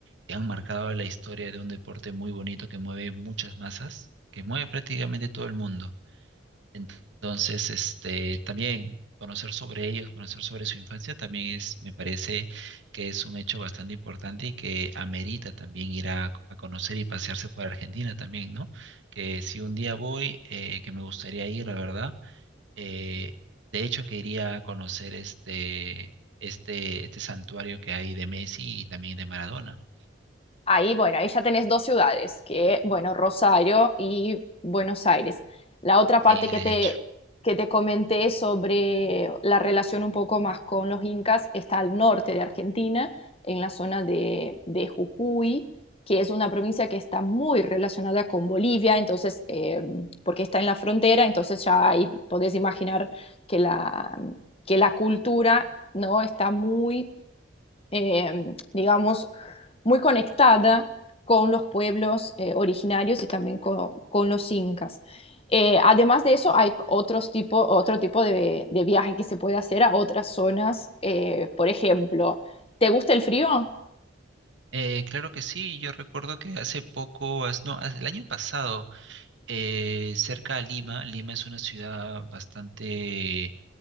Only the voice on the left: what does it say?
Ahí, bueno, ahí ya tenés dos ciudades, que, bueno, Rosario y Buenos Aires. La otra parte
que
te,
que te comenté sobre la relación un poco más con los incas está al norte de Argentina, en la zona de, de Jujuy, que es una provincia que está muy relacionada con Bolivia, entonces, eh, porque está en la frontera, entonces ya ahí podés imaginar que la, que la cultura, ¿no? está muy eh, digamos, muy conectada con los pueblos eh, originarios y también con, con los incas. Eh, además de eso, hay otros tipo, otro tipo de, de viaje que se puede hacer a otras zonas. Eh, por ejemplo, ¿te gusta el frío?